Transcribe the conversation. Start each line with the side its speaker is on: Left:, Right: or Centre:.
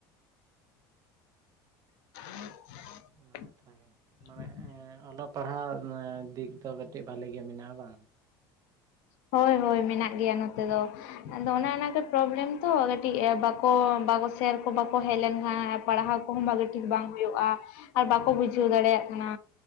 Left: <inaudible>
Right: ᱚᱱᱟ ᱠᱟᱛᱷᱟ ᱜᱮ ᱢᱟᱱᱮ ᱚᱞᱚᱜ ᱯᱟᱨᱦᱟᱜ ᱮᱸ ᱫᱤᱠ ᱫᱚ ᱠᱟᱹᱴᱤᱡ ᱵᱷᱟᱞᱤ ᱜᱮ ᱢᱮᱱᱟᱜ-ᱟ ᱵᱟᱝᱼᱼ
Left: ᱦᱚᱭ ᱦᱚᱭ ᱢᱮᱱᱟᱜ ᱜᱮᱭᱟ ᱱᱚᱛᱮ ᱫᱚᱼᱼ ᱟᱫᱚ ᱚᱱᱟ ᱱᱟ ᱜᱮ ᱯᱨᱚᱵᱽᱞᱮᱢ ᱛᱚ ᱠᱟᱹᱴᱤᱡ ᱮ ᱵᱟᱠᱚ ᱵᱟᱠᱚ ᱥᱮᱨ ᱠᱚ ᱵᱟᱠᱚ ᱦᱮᱡ ᱞᱮᱱᱠᱷᱟᱱᱼᱼ ᱯᱟᱲᱦᱟᱣ ᱠᱚᱦᱚᱸ ᱵᱷᱟᱜᱮ ᱴᱷᱤᱠ ᱵᱟᱝ ᱦᱩᱭᱩᱜ-ᱟ ᱟᱨ ᱵᱟᱠᱚ ᱵᱩᱡᱷᱟᱹᱣ ᱫᱟᱲᱮᱭᱟᱜ ᱠᱟᱱᱟ᱾